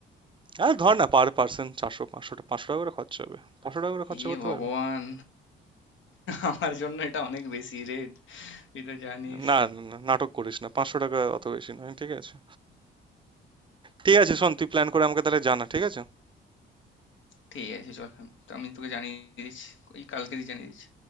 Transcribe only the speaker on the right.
আর ধর না পার পার্সন চারশো পাঁচশো পাঁচশো টাকা করে খরচা হবে পাঁচশো টাকা করে
খরচা করতে
পারবি
না, না, না, নাটক করিস না। ৫০০ টাকা অত বেশি নয়। ঠিক আছে? ঠিক আছে শোন তুই প্ল্যান করে আমাকে তাহলে জানা। ঠিক আছে?